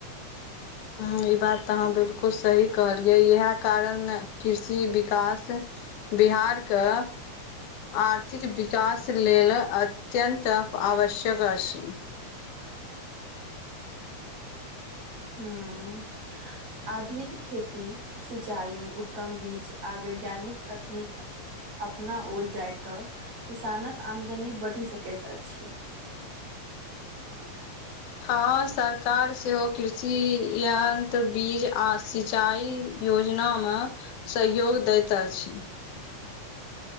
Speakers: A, on the left (about 90°); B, on the right (about 80°).
A: हँ ई बात तऽ अहाँ बिलकुल सही कहलियै इहे कारण कृषि विकास बिहार कऽ आर्थिक विकास लेल अत्यन्त आवश्यक अछि
B: हूँ आधुनिक खेती सिचाई उत्तम बीज आ वैज्ञानिक तकनीक अपना ओल जाय तऽ किसानक आमदनी बढ़ि सकैत अछि
A: हँ सरकार सेहो कृषि यंत्र बीज आ सिचाय योजना मे सहयोग दैत अछि